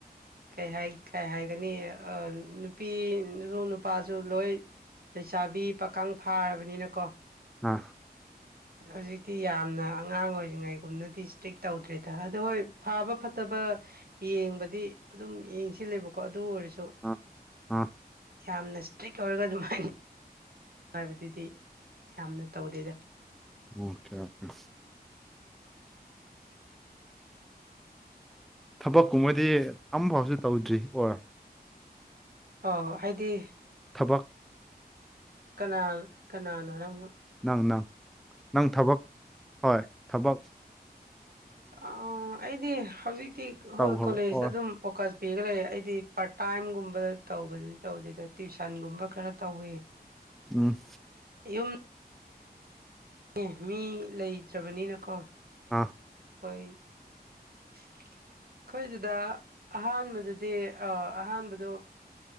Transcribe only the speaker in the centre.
ꯑꯥ
ꯑꯥ ꯑꯥ
ꯑꯣꯀꯦ ꯑꯣꯀꯦ ꯊꯕꯛꯀꯨꯝꯕꯗꯤ ꯑꯃꯝꯐꯥꯎꯁꯨ ꯇꯧꯗ꯭ꯔꯤ ꯑꯣꯔ
ꯊꯕꯛ
ꯅꯪ ꯅꯪ ꯅꯪ ꯊꯕꯛ ꯍꯣꯏ ꯊꯕꯛ
ꯇꯧꯈ꯭ꯔꯕ
ꯑꯣ
ꯑꯝ
ꯑꯥ